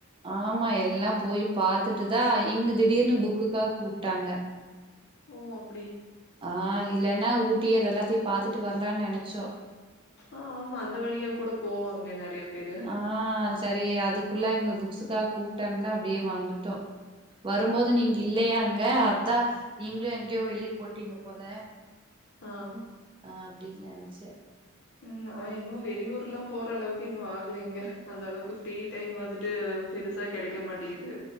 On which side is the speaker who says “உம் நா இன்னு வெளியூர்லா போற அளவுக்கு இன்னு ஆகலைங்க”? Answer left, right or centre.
Left